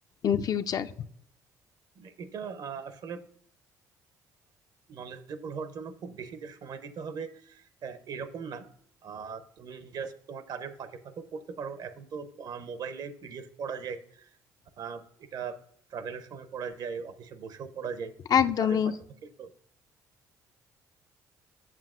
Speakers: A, on the left (about 50°); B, on the right (about 55°).
A: ইন ফিউচার
B: মানে এটা আহ, আসলে নলেজেবল হওয়ার জন্য খুব বেশি যে সময় দিতে হবে আহ, এরকম না আহ, তুমি জাস্ট তোমার কাজের ফাঁকে ফাঁকেও পড়তে পারো এখন তো মোবাইলে পিডিএফ পড়া যায় আহ, এটা ট্রাভেলের সময় পড়া যায় অফিসে বসেও পড়া যায়
A: একদমই
B: কাজের ফাঁকে ফাঁকে তো